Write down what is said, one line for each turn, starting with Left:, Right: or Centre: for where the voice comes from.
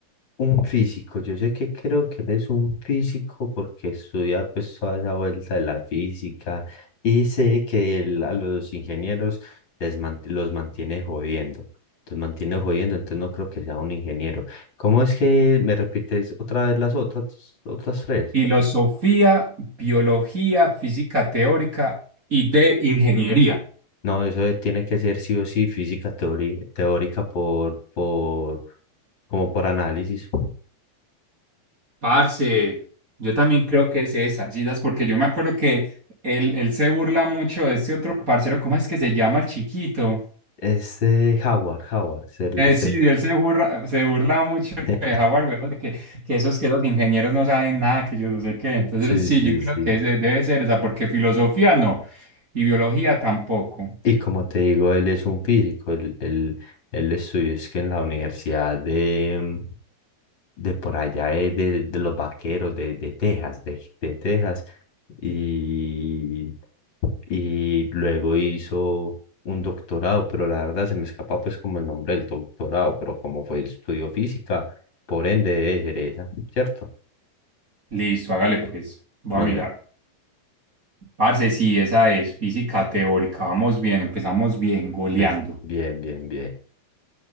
Left: un físico, yo sé que creo que él es un físico porque estudia pues toda esa vuelta de la física y sé que él a los ingenieros les man- los mantiene jodiendo, los mantiene jodiendo, entonces no creo que sea un ingeniero. ¿Cómo es que me repites otra vez las otras, otras tres?
Right: Filosofía, biología, física teórica y de ingeniería.
Left: No, eso es- tiene que ser sí o sí física teori- teórica por, por, como por análisis.
Right: Parce, yo también creo que es esa, sí, das, porque yo me acuerdo que él, él se burla mucho de este otro parcero, ¿cómo es que se llama el chiquito?
Left: Este Howard, Howard, se-
Right: Eh,
Left: se-
Right: sí, de él se burla, se burla mucho
Left: <laughs>
Right: de Howard, weón, de que, que esos que los ingenieros no saben nada, que yo no sé qué. Entonces,
Left: sí,
Right: sí,
Left: sí,
Right: yo creo
Left: sí.
Right: que ese debe ser esa, porque filosofía no, y biología tampoco.
Left: Y como te digo, él es un físico, él, él, él estudió es que en la universidad de, mm, de por allá, eh, de, de los vaqueros de, de Texas, de, de Texas, y, y luego hizo un doctorado, pero la verdad se me escapa pues como el nombre del doctorado, pero como fue estudio física, por ende debe ser esa, ¿cierto?
Right: Listo, hágale pues, voy
Left: Mándela.
Right: a mirar. Parce, sí, esa es física teórica, vamos bien, empezamos bien, goleando.
Left: Pues bien, bien, bien.